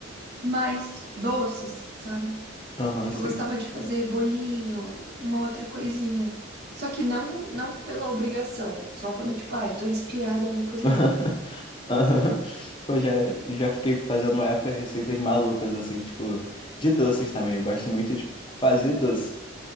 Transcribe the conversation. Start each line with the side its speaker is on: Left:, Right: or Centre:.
Right: mais doces, sabe?
Left: Aham,
Right: Tipo,
Left: sim.
Right: eu gostava de fazer bolinho, uma outra coisinha. Só que não, não pela obrigação, só quando tipo, ai, tô inspirada, eu vou cozinhar.
Left: <laughs> Aham. Pô, já, já fiquei fazendo uma época receitas malucas, assim, tipo, de doces também. Eu gosto muito de fazer doce.